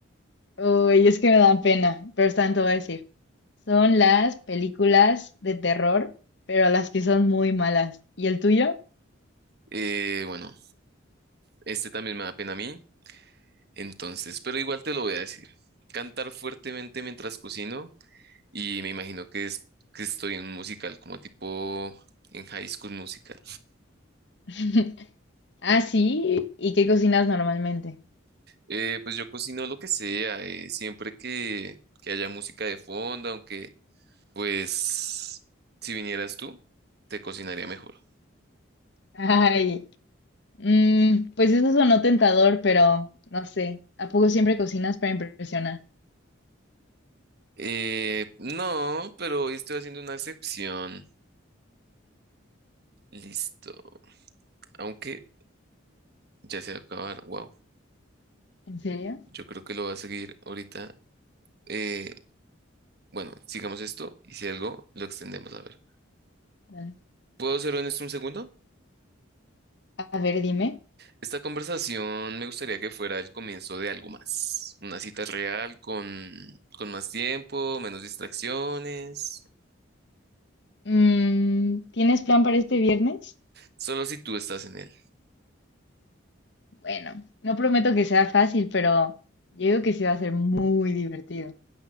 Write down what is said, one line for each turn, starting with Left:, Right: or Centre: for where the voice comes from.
Left: Uy, es que me dan pena, pero están, te voy a decir. Son las películas de terror, pero las que son muy malas. ¿Y el tuyo?
Right: Eh, bueno, este también me da pena a mí. Entonces, pero igual te lo voy a decir. Cantar fuertemente mientras cocino. Y me imagino que es que estoy en un musical como tipo en High School Musical.
Left: <laughs> Ah, sí. ¿Y qué cocinas normalmente?
Right: Eh, pues yo cocino lo que sea, eh, siempre que, que haya música de fondo, aunque pues si vinieras tú, te cocinaría mejor.
Left: Ay, mm, pues eso sonó tentador, pero no sé. ¿A poco siempre cocinas para impresionar?
Right: Eh, no, pero hoy estoy haciendo una excepción. Listo. Aunque ya se va a acabar. Wow.
Left: ¿En serio?
Right: Yo creo que lo va a seguir ahorita. Eh, bueno, sigamos esto y si algo, lo extendemos a ver.
Left: Dale.
Right: ¿Puedo hacerlo en esto un segundo?
Left: A ver, dime.
Right: Esta conversación me gustaría que fuera el comienzo de algo más. Una cita real con, con más tiempo, menos distracciones.
Left: Mm, ¿tienes plan para este viernes?
Right: Solo si tú estás en él.
Left: Bueno, no prometo que sea fácil, pero yo digo que sí va a ser muy divertido.